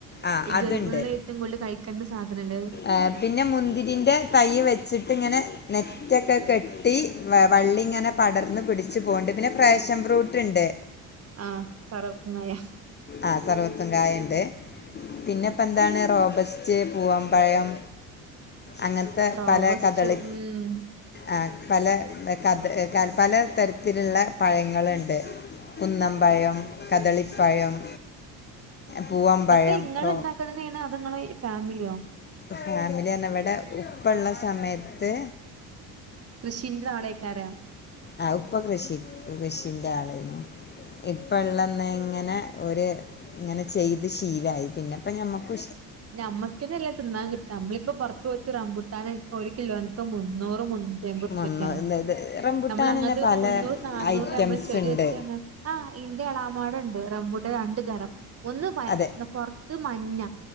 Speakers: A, on the left; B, on the right.
A: ആ
B: ഈ
A: അതുണ്ട്
B: ഗർഭിണെള് ഏറ്റവും കൂടുതൽ കഴിക്കേണ്ട സാധനല്ലേത്
A: ഏഹ് പിന്നെ മുന്തിരിൻ്റെ തൈ വെച്ചിട്ട്ങ്ങനെ നെ റ്റൊക്കെ കെട്ടി വള്ളി ഇങ്ങനെ പടർന്ന് പിടിച്ച് പോക്ണ്ട് പിന്നെ ഫ്രേശം ഫ്രൂട്ട്ണ്ട്
B: ആഹ് സർവത്തുകായാ
A: ആഹ് സർവത്തും കായണ്ട് പിന്നെപ്പോന്താണ് റോബസ്റ്റ് പൂവംപ്പഴം അങ്ങ ത്തെ
B: റോബസ്റ്റ്
A: പല കഥളി
B: ഉം
A: ആഹ് പല കഥ പല തരത്തില്ള്ള പഴങ്ങള്ണ്ട് കുന്നംപ്പഴം കദളിപ്പഴം പൂവമ്പഴം
B: ഇതൊക്കെ ഇങ്ങള്
A: റോ
B: ണ്ടാക്ക്ണ തന്നെയാണോ അതോ ഫാമിലിയോ
A: ഫാമിലി പറഞ്ഞ ഇവിടെ ഉപ്പള്ള സമയത്ത്
B: കൃഷിന്റെ ആളെക്കാരം
A: ആഹ് ഉപ്പ കൃഷി കൃഷിന്റെ ആളായിന്നു ഇപ്പള്ളന്നെ ഇങ്ങനെ ഒരു ഇങ്ങനെ ചെയ്ത് ശീലായി പിന്നെ ഇപ്പൊ ഞ്ഞമക്ക്
B: ഞമ്മക്കിതല്ലെ തിന്നാൻ കി നമ്മളിപ്പൊ പുറത്ത് വെച്ച് റമ്പുട്ടാനെ ഒരു കിലോന്ക്ക് മുന്നൂറ് മൂ എമ്പൊർപ്യക്കാണ്
A: മണ്ണ് ഇത് റംബുട്ടാൻ
B: നമ്മള് അങ്ങത്തെന്ന്
A: തന്നെ പല
B: മുന്നൂറ് നാന്നൂറ്
A: ഐറ്റംസ്
B: നമ്മള് ചെടി
A: ഉണ്ട്
B: വെച്ചാണ ആഹ് ഇന്റെ ഇളാമാട്ണ്ട് റംമ്പൂട്ടാരണ്ടു തരം ഒന്ന്
A: അതെ
B: പൊറത്ത് മഞ്ഞ